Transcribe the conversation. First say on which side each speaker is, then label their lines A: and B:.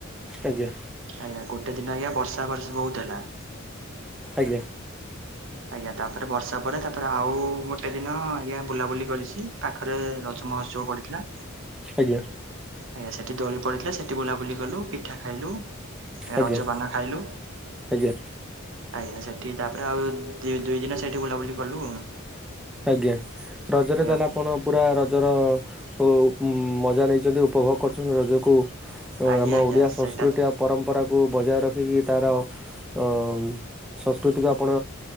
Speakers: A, in the centre; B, on the right.
A: ଆଜ୍ଞା।
B: ଆଜ୍ଞା ଗୋଟେ ଦିନ ଆଜ୍ଞା ବର୍ଷା ବର୍ଷି ବହୁତ୍ ହେଲା।
A: ଆଜ୍ଞା।
B: ଆଜ୍ଞା ତାପରେ ବର୍ଷା ପରେ ତାପରେ ଆଉ ଗୋଟେ ଦିନ ଆଜ୍ଞା ବୁଲାବୁଲି କରିଚି। ପାଖରେ ରଜ ମହୋତ୍ସବ ପଡିଥିଲା।
A: ଆଜ୍ଞା।
B: ଆଜ୍ଞା ସେଠିି ଦୋଳି ପଡିଥିଲା ସେଠି ବୁଲାବୁଲି କଲୁ। ପିଠା ଖାଇଲୁ। ଏ
A: ଆଜ୍ଞା
B: ରଜପାନ ଖାଇଲୁ।
A: ଆଜ୍ଞା।
B: ଆଜ୍ଞା ସେଠି ତାପରେ ଆଉ ଦୁ ଦୁଇ ଦିନ ସେଠି ବୁଲାବୁଲି କଲୁ।
A: ଆଜ୍ଞା ରଜରେ
B: ଆଜ୍ଞା
A: ତାହେଲେ ଆପଣ ପୁରା ରଜର ଉ ଉଁ ମଜା ନେଇଚନ୍ତି ଉପଭୋଗ କରିଚନ୍ତି ରଜକୁ।
B: ଆଜ୍ଞା
A: ଆମ
B: ଆଜ୍ଞା
A: ଓଡିଆ
B: ସେଇଟା
A: ସଂସ୍କୃତି ଆଉ ପରମ୍ପରାକୁ ବଜାୟ ରଖିକି ତାର ଅମ୍ ସଂସ୍କୃତିକୁ ଆପଣ